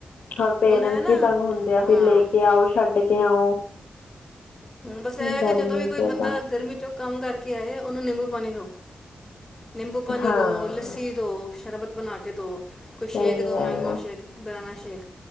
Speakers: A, on the left; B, on the left.
A: ਹੋਰ ਪੇਰੈਟਸ
B: ਹੁਣ ਇਹ ਨਾ
A: ਵੀ ਤੰਗ ਹੁੰਦੇ ਆ
B: ਹਾਂ
A: ਫਿਰ ਲੈ ਕੇ ਆਓ ਛੱਡ ਕੇ ਆਓ
B: ਬਸ ਇਹ
A: ਗਰਮੀ
B: ਕਿ ਜਦੋ ਵੀ ਕੋਈ
A: ਚ
B: ਬੰਦਾ
A: ਤਾਂ
B: ਗਰਮੀ ਚੋ ਕਮ ਕਰਕੇ ਆਏ ਉਹਨੂੰ ਨਿਬੂ ਪਾਣੀ ਦਉ ਨਿਬੂ ਪਾਨੀ
A: ਹਾਂ
B: ਦੋ ਲਸੀ ਦੋ ਸ਼ਰਬਤ ਬਣਾ ਕੇ ਦੋ ਕੋਈ
A: ਸਹੀ
B: ਸ਼ੇਕ ਦੋ
A: ਗੱਲ
B: ਮੈਗੋ
A: ਹੈ
B: ਸ਼ੇਕ ਬਨਾਨਾ ਸ਼ੇਕ